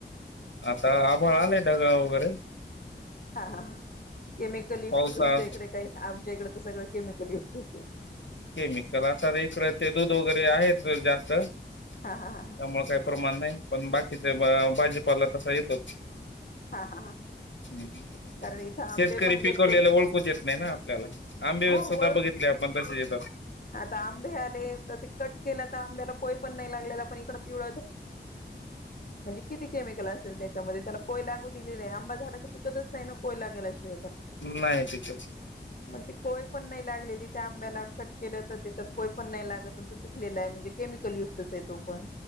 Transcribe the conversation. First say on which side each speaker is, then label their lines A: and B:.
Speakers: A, on the left; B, on the left.
A: आता आभळ आलंय ढगाळ वगैरे
B: हा केमिकल युक्त
A: पावसा
B: तुमच्या इकडे काही आमच्या इकडे तर सगळं केमिकल युक्तच ये.
A: केमिकल आता इकडं ते दूध वगैरे आहे जास्त. त्यामुळे
B: हा हा हा
A: काही प्रमाण नाही. पण बाकीचा भाजीपाला तसा येतोच
B: हा हा हा
A: ह
B: कारण इथं आंबे
A: शेतकरी
B: पण
A: पिकवलेला
B: घेतले
A: ओळखूच येत नाही ना आपल्याला आंबे
B: हो
A: सुद्धा
B: वळू
A: बघितले आपण तसेेत
B: आता आंबे आले तर कट केला तर आंब्याला कोय पण नाही लागलेला इक पिव म्हणजे किती केमिकल त्याच्यामध्ये त्याला कोय लागू दिले नाही आंबा झाडां पिकतच नाही ना कोय लागायला शिवाय
A: नाही पिच
B: ती कोय पण नाही लागलेली त्या आबला कट केलं तर त्याच्यात कोय पण नाही लागत तो पिकलेला आहे म्हणजे केमिकल युक्तच आहे तो पण